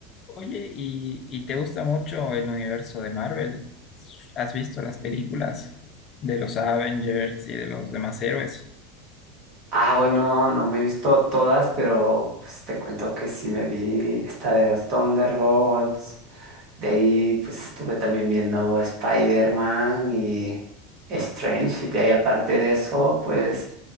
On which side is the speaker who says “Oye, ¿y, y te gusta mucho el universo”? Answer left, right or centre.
Left